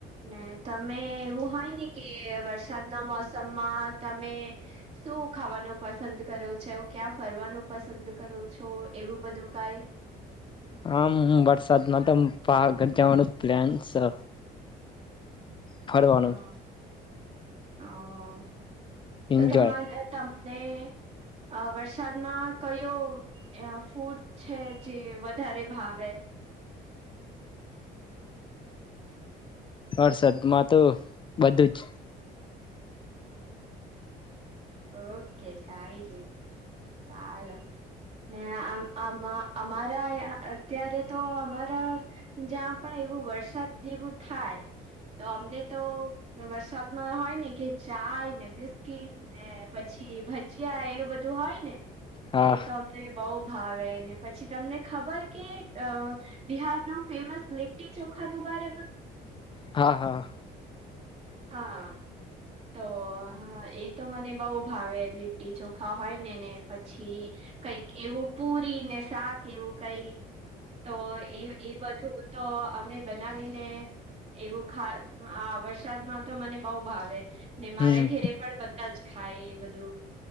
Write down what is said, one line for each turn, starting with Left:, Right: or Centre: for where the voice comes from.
Right: ને તમે એવું હોય ને કે વરસાદના મોસમમાં તમે શું ખાવાનું પસંદ કરો છે હું ક્યાં ફરવાનું પસંદ કરું છો એવું બધું કઈ
Left: આમ વરસાદમાં તો પાવાગઢ જવાનું પ્લાન છે ફરવાનું
Right: હા હ તો
Left: એન્જોય
Right: તમાર નહીં તમને અ વરસાદમાં કયો ફૂડ છે જે વધારે ભાવે
Left: વરસાદ માં તો બધું જ
Right: ઓકે કાંઈ ની ચાલો ને આ અમારા અત્યારે તો અમારા જ્યાં પણ એવું વરસાદ જેવું થાય તો અમને તો વરસાદમાં હોય ને કે ચાાય ને બીસ્કીટ ને પછી ભજીયા એવું બધું હોય ને
Left: હા
Right: એ તો બહુ ભાવેને પછી તમને ખબર કે અ બિહારનું ફેમસ લીટટી ચોખા નું બારમાં
Left: હા હા
Right: હા તો એ તો મને બહુ ભાવે લીટી ચોખા હોય ને ને પછી કઈક એવું પૂરીને શા કે એવું કઈ તો એ એ બધું તો અમે બનાવીને એવું ખા આ વરસાદમાં તો મને બઉ ભાવે ને મારા
Left: હમ
Right: ઘેરે પણ બધા જ ખાય એ બધું